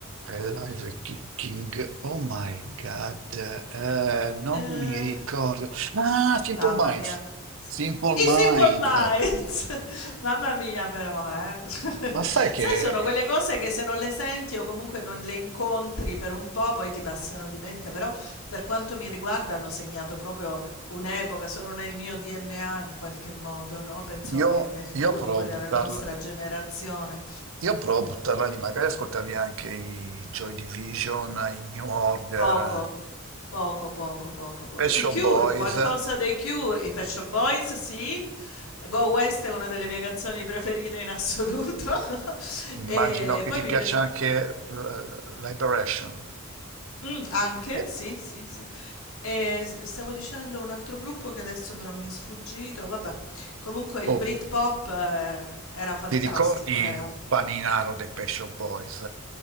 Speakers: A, on the right; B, on the left.
A: Live Kicking, oh my god, eh, non
B: Eh...
A: mi ricordo. Ah, Simple
B: Mamma
A: Minds,
B: mia. S
A: Simple Minds.
B: i Simple Minds. <laughs> Mamma mia però, eh. <laughs>
A: Ma sai
B: Sai
A: che
B: sono quelle cose che se non le senti o comunque non le incontri per un po' poi ti passano di mente, però per quanto mi riguarda hanno segnato proprio un'epoca, sono nel mio DNA in qualche modo, no, penso anche
A: io,
B: nel
A: io
B: tuo,
A: provo
B: di quella
A: a buttarla.
B: nella nostra generazione.
A: Io provo a buttarla lì, magari ascoltavi anche i Joy Division, i New Order,
B: Poco, poco, poco, poco, poco.
A: Pet Shop
B: I Cure,
A: Boys,
B: qualcosa dei Cure, i Pet Shop Boys, sì. Go West è una delle mie canzoni preferite in assoluto. <laughs>
A: immagino
B: E
A: che
B: poi
A: ti
B: mi
A: piaccia
B: piace
A: anche l- Liberation.
B: Mm, anche,
A: E-
B: sì, sì, sì. E s- stavo dicendo un altro gruppo che adesso però mi è sfuggito. Vabbè, comunque il
A: Oh,
B: Britpop eh, era, era fantastico,
A: ti ricordi
B: era
A: Paninaro dei Pet Shop Boys?